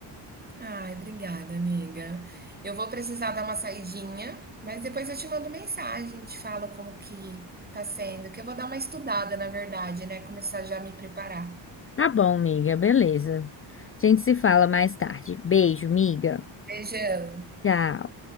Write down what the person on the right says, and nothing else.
Ai, obrigada, amiga. Eu vou precisar dar uma saidinha, mas depois eu te mando mensagem, te falo como que tá sendo, que eu vou dar uma estudada, na verdade, né? Começar já a me preparar.
Beijão.